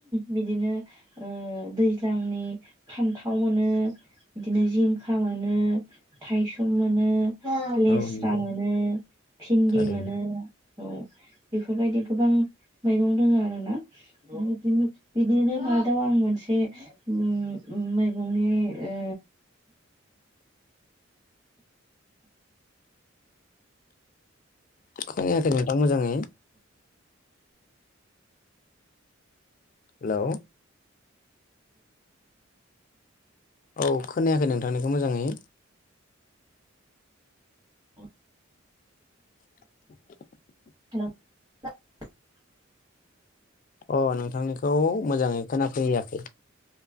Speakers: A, on the right; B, on the left.
A: बिदिनो ओ दैज्लांनि ओ फान्थाव मोनो। बिदिनो जिंखा मोनो। थायसुम मोनो लेस्रा
B: औ नंगौ
A: मोनो भिन्दि
B: थारैनो
A: मोनो। औ बेफोरबायदि गोबां मैगं दङ आरोना बिदिमोन बिदिनो मादाव आं मोनसे उम उम मैगंनि ओ
B: खोनायाखै नोंथां मोजाङै। हेलौ औ खोनायाखै नोंथांनिखौ मोजाङै।
A: ओ
B: <inaudible>
A: हेलौ <unintelligible>
B: अ' नोंथांनिखौ मोजाङै खोनाफैयाखै।